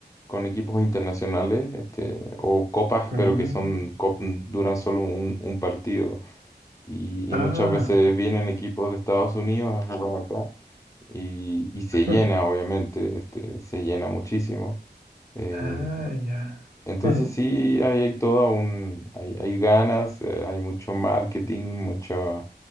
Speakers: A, on the left; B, on the right.
A: con equipos internacionales, este, o copas,
B: Mm,
A: pero que son, cop- duran solo un, un partido. Y,
B: Ah,
A: y muchas veces vienen equipos de Estados Unidos a jugar acá y, y se
B: <laughs>
A: llena, obviamente, este, se llena muchísimo. Eh,
B: ah, ya.
A: entonces
B: <laughs>
A: sí, hay, hay todo un, hay, hay ganas, eh, hay mucho marketing, mucho,